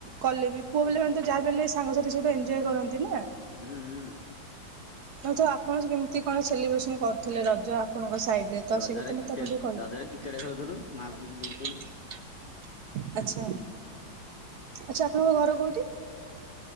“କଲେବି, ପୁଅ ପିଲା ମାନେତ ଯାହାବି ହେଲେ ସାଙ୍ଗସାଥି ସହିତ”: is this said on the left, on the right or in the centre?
Right